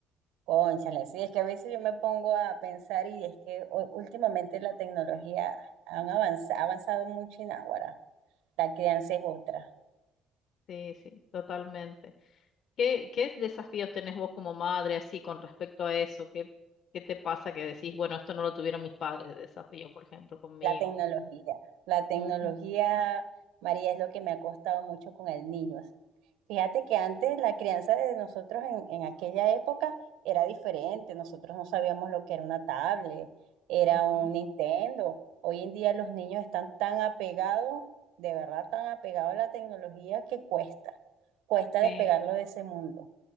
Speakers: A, on the right; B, on the left.
A: cónchale, sí, es que a veces yo me pongo a pensar y es que u- últimamente la tecnología han avanzado, ha avanzado mucho y Águara, la crianza es otra.
B: Sí, sí, totalmente. ¿Qué, qué desafíos tenés vos como madre así con respecto a eso? ¿Qué, qué te pasa que decís, bueno, esto no lo tuvieron mis padres de desafío, por ejemplo, conmigo?
A: La tecnología. La tecnología,
B: Ujú,
A: María, es lo que me ha costado mucho con el niño. Fíjate que antes la crianza de nosotros en, en aquella época era diferente. Nosotros no sabíamos lo que era una tablet, era
B: ujú.
A: un Nintendo. Hoy en día los niños están tan apegados, de verdad tan apegados a la tecnología que cuesta. Cuesta
B: Sí,
A: despegarlo de ese mundo.